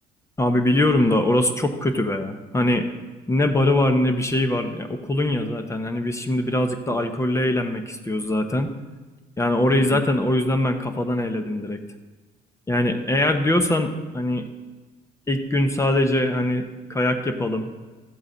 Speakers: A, on the left; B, on the right.
A: Abi biliyorum da orası çok kötü be. Hani ne barı var ne bir şey var. Ya, okulun ya zaten. Hani biz şimdi birazcık da
B: Hı
A: alkolle
B: hı.
A: eğlenmek istiyoruz zaten. Yani orayı
B: Hı hı.
A: zaten o yüzden ben kafadan eledim direkt. Yani eğer diyorsan hani ilk gün sadece hani kayak yapalım.